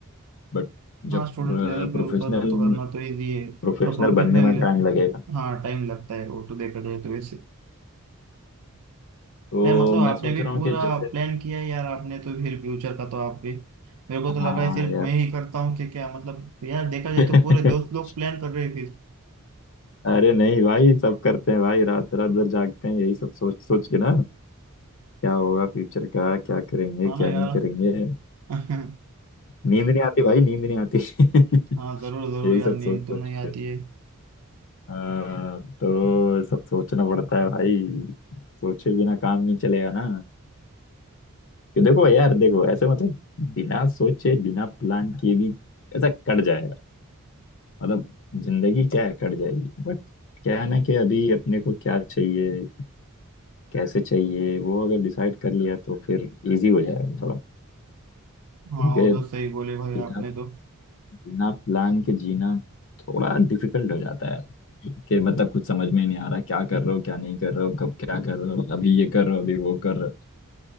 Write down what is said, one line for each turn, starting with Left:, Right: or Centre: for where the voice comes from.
Left: बट
Right: हाँ
Left: जब
Right: स्टूडेंट लेवल पे
Left: प्रोफेशनल
Right: ऊपर कर तो करना तो ईजी है
Left: प्रोफेशनल
Right: पर प्रोफेशनल
Left: बनने में टाइम लगेगा
Right: हाँ टाइम लगता है वो तो देखा जाए तो वैसे
Left: तो
Right: मैं मतलब आपने
Left: मैं सोच
Right: भी
Left: रहा
Right: पूरा
Left: हूँ कि जैसे
Right: प्लान किया है यार आपने तो फिर फ्यूचर का तो आप भी मेरे को
Left: हाँ
Right: तो लगा है सिर्फ
Left: यार
Right: मैं ही करता हूँ कि क्या मतलब यार देखा जाए
Left: <laughs>
Right: तो पूरे दोस्त लोग प्लान कर रहे हैं फिर
Left: अरे नहीं भाई सब करते हैं भाई रात रात भर जागते हैं यही सब सोच सोच के ना क्या होगा फ्यूचर का क्या करेंगे
Right: हाँ
Left: क्या
Right: ना यार
Left: नहीं करेंगे
Right: <laughs>
Left: नींद नहीं आती भाई नींद नहीं आती <laughs>
Right: हाँ जरूर जरूर
Left: यही
Right: यार
Left: सब
Right: नींद
Left: सोच सोच
Right: तो नहीं आती है
Left: हाँ तो सब सोचना पड़ता है भाई सोचे बिना काम नहीं चलेगा ना कि देखो यार देखो ऐसे मतलब बिना सोचे बिना प्लान किए भी ऐसा कट जाएगा मतलब जिंदगी क्या है कट जाएगी बट क्या है ना कि अभी अपने को क्या चाहिए कैसे चाहिए वो अगर डिसाइड कर लिया तो फिर इजी हो जाएगा थोड़ा
Right: हाँ
Left: क्योंकि
Right: उधर सही बोले
Left: बिना
Right: भाई आपने तो
Left: बिना प्लान के जीना थोड़ा डिफिकल्ट हो जाता है कि मतलब कुछ समझ में नहीं आ रहा क्या कर रहे हो क्या नहीं कर रहे हो कब क्या कर रहे हो अभी ये कर रहे हो अभी वो कर रहे हो